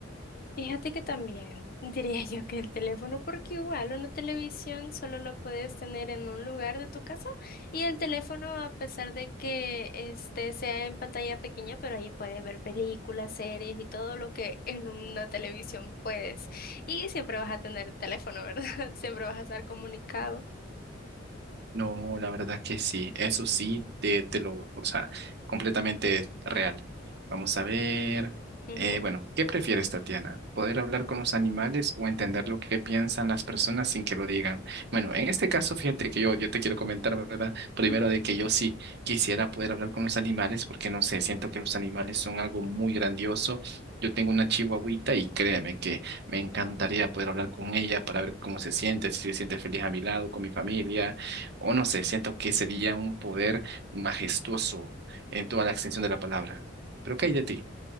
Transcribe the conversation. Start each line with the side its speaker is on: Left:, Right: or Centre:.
Left: Fíjate que también <laughs> diría yo que el teléfono, porque igual una televisión solo lo puedes tener en un lugar de tu casa y el teléfono, a pesar de que este sea en pantalla pequeña, pero ahí puedes ver películas, series y todo lo que <laughs> en una televisión puedes. Y siempre vas a tener teléfono, ¿verdad? <laughs> Siempre vas a estar comunicado.
Right: No, la verdad que sí, eso sí, te, te lo, o sea, completamente real. Vamos a ver,
Left: Ujú,
Right: eh, bueno, ¿qué prefieres, Tatiana? ¿Poder hablar con los animales o entender lo que piensan las personas sin que lo digan? Bueno, en este caso, fíjate que yo, yo te quiero comentar, ¿verdad? Primero
Left: ujú.
Right: de que yo sí quisiera poder hablar con los animales porque, no sé, siento que los animales son algo muy grandioso. Yo tengo una chihuahuita y créeme que me encantaría poder hablar con ella para ver cómo se siente, si se siente feliz a mi lado, con mi familia o no sé, siento que sería un poder majestuoso en toda la extensión de la palabra. Pero ¿qué hay de ti?